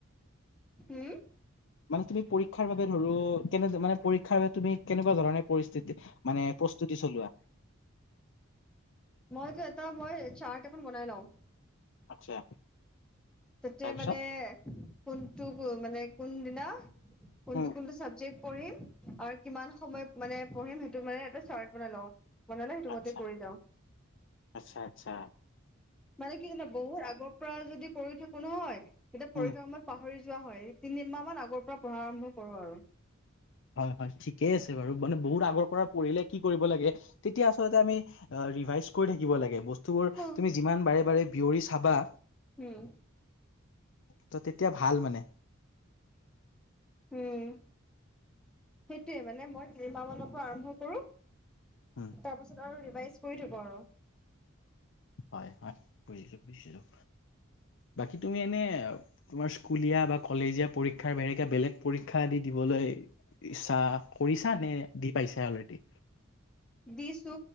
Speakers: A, in the centre; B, on the left.
A: উম',
B: মানে, তুমি পৰীক্ষাৰ বাবে ধৰো কেনে মানে পৰীক্ষাৰ বাবে তুমি কেনেকুৱা ধৰণে পৰিস্থিতি মানে প্ৰস্তুতি চলোৱা?
A: মইতো এটা মই চাৰ্ট এখন বনাই লওঁ।
B: আচ্ছা।
A: তাতে
B: তাৰপিছত
A: মানে কোনটো মানে কোনদিনা কোনটো
B: উম
A: কোনটো চাবজেক্ট পঢ়িম আৰু কিমান সময় মানে পঢ়িম সেইটো মানে এটা চাৰ্ট বনাই লওঁ মনলে সেইটোমতে
B: আচ্ছা
A: কৰি যাওঁ
B: আচ্ছা আচ্ছা
A: মানে কি জানা বহুত আগৰ পৰা যদি কৰি থাকো নহয় এতিয়া পৰীক্ষা
B: উম
A: সময়ত পাহৰি যোৱা হয় তিনিমাহমান আগৰ পৰা পঢ়া আৰম্ভ কৰোঁ আৰু
B: হয়, হয়, ঠিকেই আছে বাৰু মানে বহুত আগৰ পৰা পঢ়িলে কি কৰিব লাগে তেতিয়া আচলতে আমি ৰিভাইজ কৰি থাকিব লাগে বস্তুবোৰ
A: হুম
B: তুমি যিমান বাৰে বাৰে বিয়ৰি চাবা
A: হয় <inaudible>
B: ত' তেতিয়া ভাল মানে
A: উম সেইটোৱে মানে মই তিমাহ মানৰ পৰা আৰম্ভ কৰো
B: উম
A: তাৰ পিছত আৰু ৰিভাইজ কৰি থাকো আৰু
B: হয়, হয়, বুজিছো বুজিছোঁ
A: <inaudible>
B: বাকী তুমি এনেই তোমাৰ স্কুলীয়া বা কলেজীয়া পৰীক্ষাৰ বাহিৰে, কিবা বেলেগ পৰীক্ষা আদি দিবলৈ ইচ্ছা কৰিছা নে দি পাইছা অলৰেডি?
A: দিছো